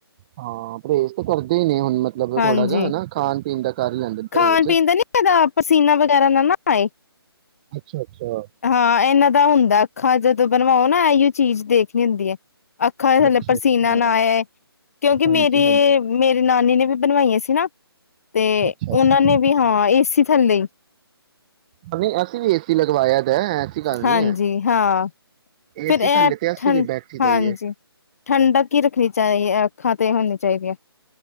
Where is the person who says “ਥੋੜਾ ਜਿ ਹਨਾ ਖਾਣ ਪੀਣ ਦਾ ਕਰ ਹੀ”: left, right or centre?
Right